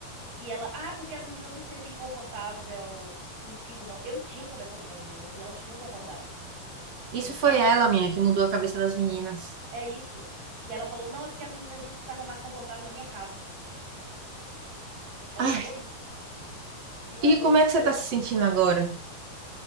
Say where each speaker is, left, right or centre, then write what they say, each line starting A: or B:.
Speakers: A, on the right (about 85°); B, on the right (about 45°).
A: E ela, ah, porque as meninas não se sentem confortável contigo, não. Eu tinha conversado com as meninas e elas tinham concordado. Então
B: isso foi ela, minha, que mudou a cabeça das meninas.
A: É isso. E ela falou, não, é porque as meninas disseram que estavam mais confortáveis na minha casa. Ela
B: Ai,
A: falou isso. E aí
B: e
A: eu
B: como
A: fiquei.
B: é que você tá se sentindo agora?